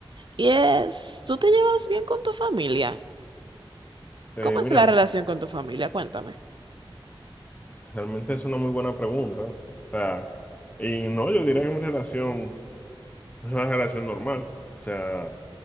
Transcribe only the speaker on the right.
Y es, ¿tú te llevas bien con tu familia?
¿Cómo es
la relación con tu familia? Cuéntame.